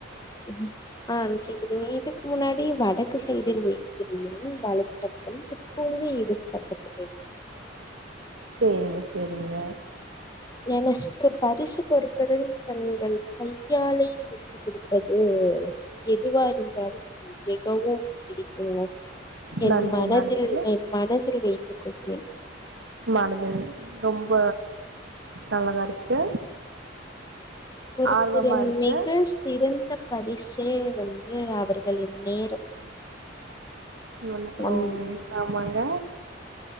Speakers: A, on the left; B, on the right.
A: ம் ஆ கேக்குது இது முன்னாடி வடக்கு சைடில் வைத்திருந்தும் வலத்தத்தும் இப்பொழுது இடதுபக்கத்துல
B: செரிங்க செரிங்க
A: எனக்கு பரிசு பொறுப் தருன் கண்கள் கையாலை சேத்து கொடு அது எதுவா இருந்தாலும் மிகவும் பிடிக்குங்க என்
B: நன்று
A: மனதில்
B: நன்று
A: என் மனதில் வைத்துக்கொள் ஏ
B: மனதில் ரொம்ப நல்லதா இருக்கு
A: ஒருதரின்
B: ஆர்வமா இருக்கு
A: மிக சிறந்த பரிசே வந்து அவர்களின் நேரோ
B: <unintelligible>
A: நம்
B: ஓ ஆமாங்க